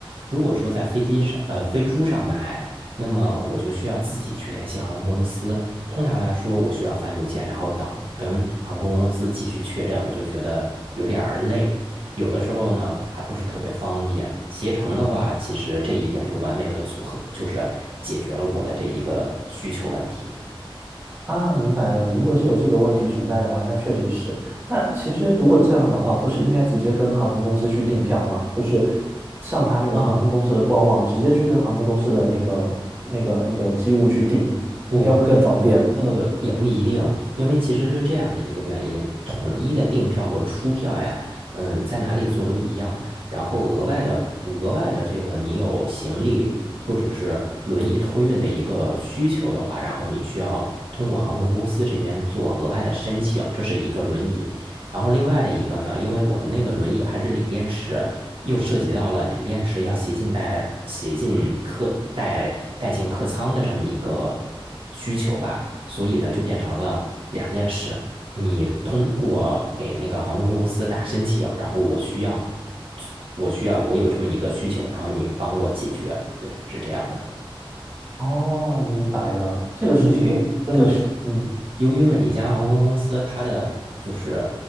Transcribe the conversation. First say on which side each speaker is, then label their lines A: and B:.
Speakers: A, on the right; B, on the right.
A: 如果说在飞机上呃飞猪上买，那么我就需要自己去联系航空公司，通常来说，我需要发邮件，然后等跟航空公司继续确认，我就觉得有点儿累。有的时候呢，还不是特别方便。携程的话，其实这一点就完美的组合，就是解决了我的这一个需求问题。
B: 啊，明白了。如果是有这个问题存在的话，那确实是。那其实如果这样的话，不是应该直接跟航空公司去订票吗？就是上他那个航空公司的官网，
A: 啊，
B: 直接去跟航空公司的那个、那个、那个机务去订，
A: 不，
B: 应该会更方便。
A: 呃，也不一定，因为其实是这样的一个原因，统一的订票和出票呀，嗯，在哪里做都一样。然后额外的、额外的这个，你有行李或者是轮椅托运的一个需求的话，然后你需要通过航空公司这边做额外的申请，这是一个轮椅。然后另外的一个呢，因为我们那个轮椅还是锂电池，又涉及到了锂电池要携进带、携进客带带进客舱的这么一个需求吧。所以呢，就变成了两件事：你通过给那个航空公司打申请，然后我需要，我需要，我有这么一个需求，然后你帮我解决。对，是这样的。
B: 哦，明白了。这个事情真的是，
A: 嗯对，
B: 嗯，
A: 由于每一家航空公司它的就是